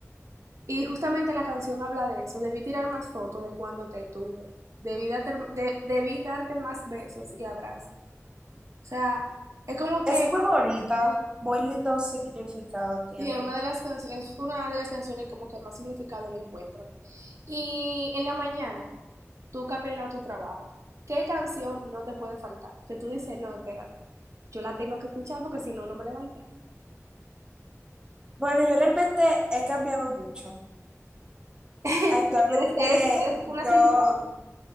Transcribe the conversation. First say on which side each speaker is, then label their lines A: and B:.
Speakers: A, on the right; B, on the right.
A: Y justamente la canción habla de eso, debí tirar más fotos de cuando te tuve, debí darte, de- debí darte más besos y abrazos. O sea, es como
B: Es
A: que
B: muy bonita, muy lindo significado tiene.
A: Sí, es una de las cancio- es una de las canciones como que más significado le encuentro. Y en la mañana, tú caminas a tu trabajo. ¿Qué canción no te puede faltar? Que tú dices, no, espérate, yo la tengo que escuchar porque si no, no me levanté.
B: Bueno, yo realmente he cambiado mucho.
A: <laughs>
B: Actualmente
A: Eres, eres, eres
B: yo,
A: una señora.